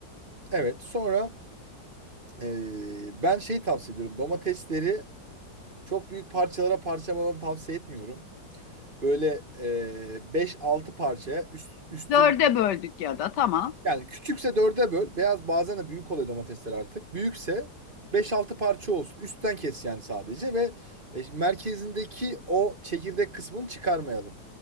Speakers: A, on the right; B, on the left.
A: evet. Sonra eee, ben şey tavsiye ediyorum. Domatesleri çok büyük parçalara parçalamanı tavsiye etmiyorum. Böyle eee 5-6 parçaya üst, üstün
B: Dörde böldük ya da tamam.
A: yani küçükse dörde böl. Beyaz bazen de büyük oluyor domatesler artık. Büyükse beş altı parça olsun. Üstten kes yani sadece ve e, şimdi merkezindeki o çekirdek kısmını çıkarmayalım.